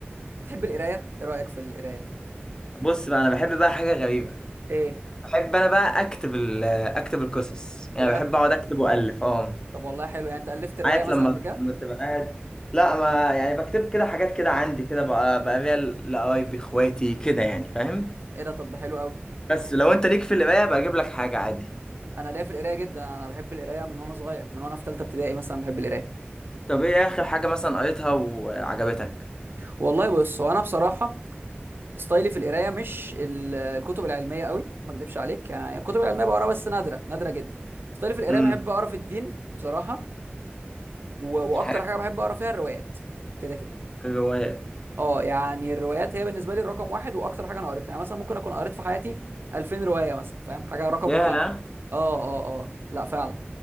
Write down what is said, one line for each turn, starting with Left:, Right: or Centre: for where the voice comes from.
Right: بتحب القراية ايه رأيك في القراية
Left: بص بقى انا بحب بقى حاجه غريبه
Right: ايه
Left: بحب انا بقى اكتب ال اكتب القصص
Right: بجد
Left: يعني بحب اقعد اكتب والف اه
Right: طب والله حلو يعني انت ألفت رواية
Left: عارف
Right: مثلا
Left: لما
Right: قبل كده
Left: لما تبقى قاعد لا ما يعني بكتب كده حاجات كده عندي كده بقى بقى بيها ل- لقرايبي اخواتي كده يعني فاهم
Right: ايه ده طب ده حلو قوي
Left: بس لو انت ليك في القرايه بقى اجيب لك حاجه عادي
Right: انا ليا في القراية جدا انا بحب القراية من وانا صغير من وانا في ثالثة ابتدائي مثلا بحب القراية
Left: طب ايه اخر حاجه مثلا قريتها وعجبتك
Right: والله بص هو انا بصراحة ستايلي في القراية مش ال- الكتب العلمية قوي ما اكدبش عليك يعني الكتب العلمية بقراها بس نادرة نادرة جدا ستايلي في القراية
Left: امم
Right: بحب اقرا في الدين بصراحة و... واكتر
Left: حاجه
Right: حاجة بحب اقرا فيها الروايات كده كده
Left: في الروايات
Right: اه يعني الروايات هي بالنسبه لي الرقم واحد واكتر حاجه انا قريتها يعني مثلا ممكن اكون قريت في حياتي 2000 روايه مثلا فاهم حاجه رقم
Left: ياه
Right: مخيف يعني. اه اه اه لا فعلا